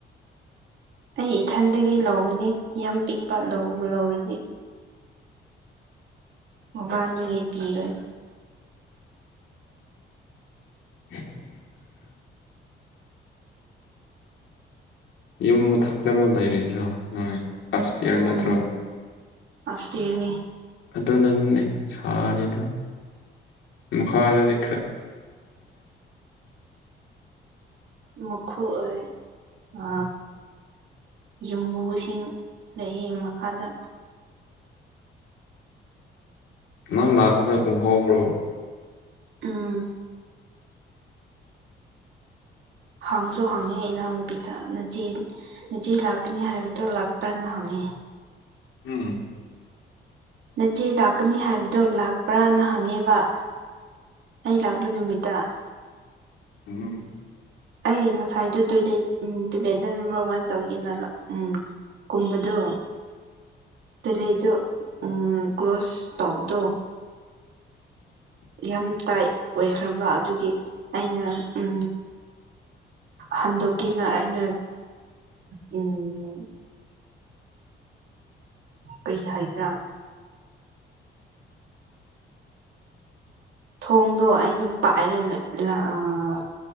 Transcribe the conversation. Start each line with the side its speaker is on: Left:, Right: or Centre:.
Right: ꯑꯩ ꯏꯊꯟꯗꯒꯤ ꯂꯧꯒꯅꯤ ꯌꯥꯝ ꯄꯤꯛꯄ ꯂꯧ ꯂꯧꯔꯗꯤ ꯃꯕꯥꯅꯤꯒꯩ ꯄꯤꯔꯣꯏ
Left: <unintelligible> ꯌꯨꯝ ꯃꯊꯛꯇꯔꯣ ꯂꯩꯔꯤꯁꯨ ꯅꯣꯏ ꯑꯐꯇꯌꯥꯔ
Right: ꯎꯝ
Left: ꯅꯠꯇ꯭ꯔꯣ
Right: ꯑꯞꯁꯇꯤꯌꯔꯅꯤ
Left: ꯑꯣ ꯅꯪꯦ ꯁꯥꯔꯤꯗ ꯃꯥꯗꯔ
Right: ꯎ ꯃꯈꯣꯏ ꯑꯩ ꯑ ꯌꯨꯝꯕꯨꯁꯤꯡ ꯂꯩꯌꯦ ꯃꯈꯥꯗ
Left: ꯅꯪ ꯂꯥꯛꯄꯗ ꯎꯍꯧꯕ꯭ꯔꯣ
Right: ꯎꯝ ꯍꯥꯡꯁꯨ ꯍꯥꯡꯉꯦ ꯏꯅꯥꯎ ꯅꯨꯄꯤꯗ ꯅꯆꯦ ꯆꯦ ꯂꯥꯛꯅꯤ ꯍꯥꯏꯕꯗꯣ ꯂꯥꯛꯄ꯭ꯔꯥꯅ ꯍꯪꯉꯤ
Left: ꯎꯝ
Right: ꯅꯆꯦ ꯂꯥꯛꯀꯅꯤ ꯍꯥꯏꯕꯗꯣ ꯂꯥꯛꯄ꯭ꯔꯥꯅ ꯍꯪꯉꯦꯕ ꯑꯩ ꯂꯥꯛꯄ ꯅꯨꯃꯤꯠꯇ
Left: ꯎꯝ
Right: ꯑꯩ ꯉꯁꯥꯏꯗꯨ ꯇꯣꯏꯂꯦꯠ ꯎꯝ ꯇꯣꯏꯂꯦꯠꯇ ꯅꯝꯕꯔ ꯋꯥꯟ ꯇꯧꯒꯦꯅ ꯎꯝ ꯀꯨꯝꯕꯗꯣ ꯇꯨꯂꯦꯗꯣ ꯎ ꯀ꯭ꯂ꯭ꯔꯣꯁ ꯇꯧꯕꯗꯣ ꯌꯥꯝ ꯇꯥꯏ ꯑꯣꯏꯈ꯭ꯔꯕ ꯑꯗꯨꯒꯤ ꯑꯩꯅ ꯎꯝ ꯍꯟꯗꯣꯛꯀꯤꯦꯅ ꯑꯩꯅ ꯎꯝ ꯀꯔꯤ ꯍꯥꯏꯒ꯭ꯔꯥ ꯊꯣꯡꯗꯣ ꯑꯩꯅ ꯄꯥꯏꯔꯂꯦ ꯂꯥ ꯑꯥ